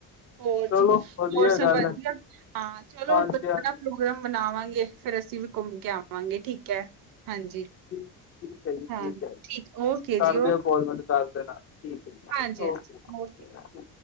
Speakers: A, on the right; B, on the left.
A: ਹੋਰ
B: ਚਲੋ
A: ਜੀ,
B: ਵਧੀਆ
A: ਹੋਰ ਸੰ
B: ਗੱਲ
A: ਵਧੀਆ,
B: ਹੈ
A: ਹਾਂ ਚਲੋਾ
B: ਹਾਂਜੀ ਹਾਂਜੀ
A: ਪ੍ਰੋਗਰਾਮ ਬਨਾਵਾਂਗੇ ਫੇਰ ਅਸੀਂ ਵੀ ਘੁੰਮ ਕੇ ਆਵਾਂਗੇ ਠੀਕ ਹੈ ਹਾਂਜੀ।
B: ਠੀਕ ਠੀਕ ਹੈ ਜੀ ਠੀਕ
A: ਹਾਂ,
B: ਹੈ
A: ਠੀਕ ਓਕੇ
B: ਕਰ
A: ਜੀ ਓ-
B: ਦਿਓ ਕੋਲ ਮੈਨੂੰ ਦੱਸ ਦੇਣਾ, ਠੀਕ। ਹੈ ਜੀ
A: ਹਾਂਜੀ-ਹਾਂਜੀ
B: ਓਕੇ।
A: ਹੋ-